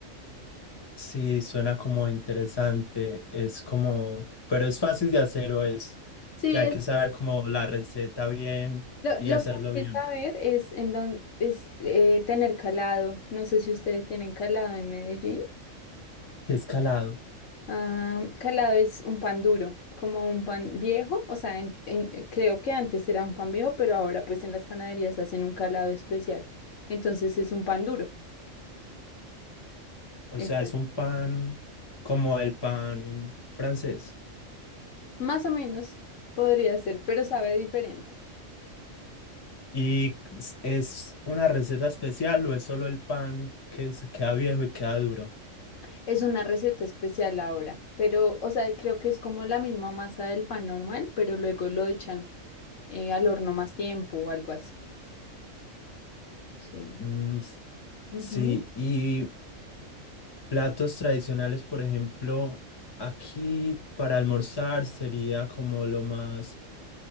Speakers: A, on the left; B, on the left.
A: Sí, suena como interesante. Es como, pero es fácil de hacer o es,
B: Sí,
A: hay
B: es,
A: que saber como la receta bien
B: lo,
A: y
B: lo
A: hacerlo
B: que hay
A: bien.
B: que saber es en dónde es eh, tener calado. No sé si ustedes tienen calado en Medellín.
A: ¿Qué escalado?
B: Ah, calado es un pan duro, como un pan viejo, o sea, en- en- eh, creo que antes era un pan viejo, pero ahora pues en las panaderías hacen un calado especial. Entonces es un pan duro.
A: O
B: Es,
A: sea, es un pan como el pan francés.
B: más o menos podría ser, pero sabe diferente.
A: ¿Y es es una receta especial o es solo el pan que se queda viejo y queda duro?
B: Es una receta especial ahora, pero, o sea, creo que es como la misma masa del pan normal, pero luego lo echan eh, al horno más tiempo o algo así. Sí.
A: Mm, s-
B: Ujú.
A: sí, y platos tradicionales, por ejemplo, aquí para almorzar sería como lo más